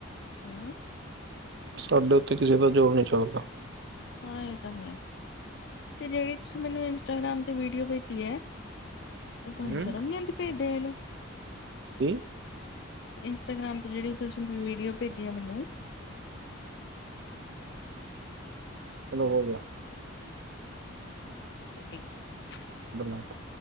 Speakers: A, on the left; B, on the right.
A: ਹੂੰ।
B: ਸਾਡੇ ਉੱਤੇ ਕਿਸੇ ਦਾ ਜ਼ੋਰ ਨਹੀਂ ਚੱਲਦਾ।
A: ਹਾਂ, ਇਹ ਤਾਂ ਹੈ। ਤੇ ਜਿਹੜੀ ਤੁਸੀਂ ਮੈਨੂੰ ਇੰਸਟਾਗ੍ਰਾਮ ਤੇ ਵੀਡੀਓ ਭੇਜੀ ਹੈ। ਉਹ ਤੁਹਾਨੂੰ
B: ਹੂੰ
A: ਸ਼ਰਮ ਨੀ ਆਂਦੀ ਭੇਜ ਦੇ ਨੂੰ।
B: ਕੀ
A: ਇੰਸਟਾਗ੍ਰਾਮ ਤੇ ਜਿਹੜੀ ਤੁਸੀਂ ਵੀਡੀਓ ਭੇਜੀ ਐ ਮੈਨੂੰ
B: ਤੈਨੂੰ ਹੋਰ ਭੇਜੇ
A: <inaudible>
B: ਗੱਲਾਂ ਕਰ।